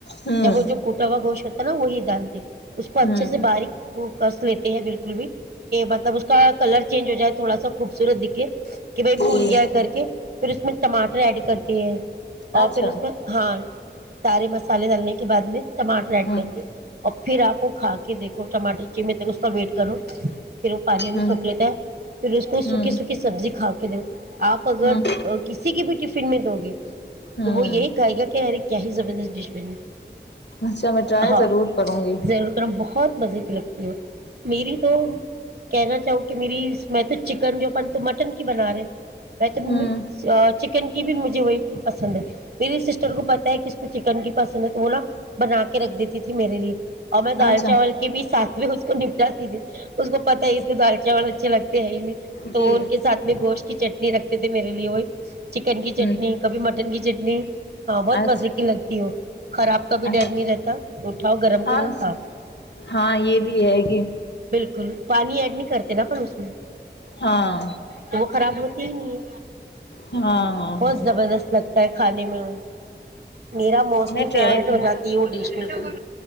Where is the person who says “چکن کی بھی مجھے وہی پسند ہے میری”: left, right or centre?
Right